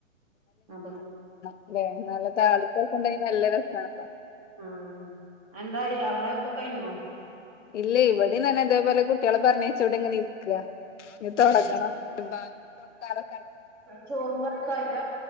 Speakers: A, on the right; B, on the left.
A: അപ്പൊ
B: അല്ലെ നല്ല താളിപ്പക്കെ ഉണ്ടെങ്കിൽ നല്ല രസാണല്ലോ
A: ആ എന്തായി അവടെ ഒക്ക കഴിഞ്ഞോ
B: ഇല്ലയ് വടിം തന്നെ തേപോലെ കുട്ടിയെലെ പറഞ്ഞച്ചയ്ചോണ്ട് ഇങ്ങനെ ഇരിക്കു ഇന് തൊടങ്ങണം
A: ഏഹ്
B: <unintelligible>
A: ചോറുകറിയൊക്കെ ആയില്ല